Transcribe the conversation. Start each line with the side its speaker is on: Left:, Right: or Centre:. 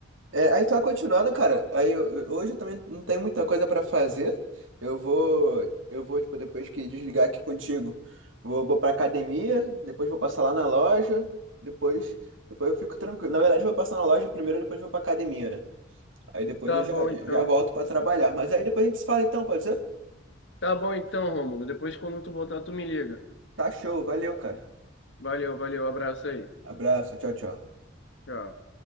Right: É, aí tá continuando, cara. Aí eu- eu- hoje eu também não tenho muita coisa pra fazer. Eu vou, eu vou tipo depois que desligar aqui <laughs> contigo, vou, vou para academia, depois vou passar lá na loja, depois, depois eu fico tranquilo. Na verdade, eu vou passar na loja primeiro, depois vou pra academia, né? Aí depois
Left: Tá
Right: eu já,
Left: bom,
Right: já
Left: então.
Right: volto pra trabalhar. Mas aí depois a gente se fala então, pode ser?
Left: Tá bom então, Rômulo. Depois, quando tu voltar, tu me liga.
Right: Tá show, valeu, cara.
Left: Valeu, valeu. Abraço aí.
Right: Abraço, tchau, tchau.
Left: Tchau.